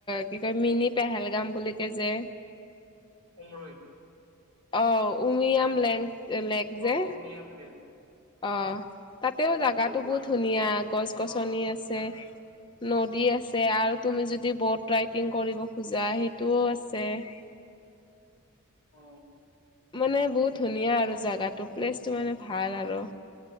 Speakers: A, on the left; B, on the right.
A: কি কয় মিনি পেহেলগাম বুলিকে যে
B: উমৰৈ।
A: অ', উমিয়াম লেং লেক যে
B: অ', উমিয়াম লেং।
A: অ', তাতেও জাগাটো
B: ভাল
A: বহুত ধুনীয়া গছ গছনি
B: অ ধুনীয়া
A: আছে।
B: হয়
A: নদী আছে আৰু তুমি যদি বট ৰাইডিং কৰিব খোজা সেইটোও আছে। <unintelligible>
B: অ
A: মানে বহুত ধুনীয়া আৰু জোগাটো প্লেচটো মানে ভাল আৰু।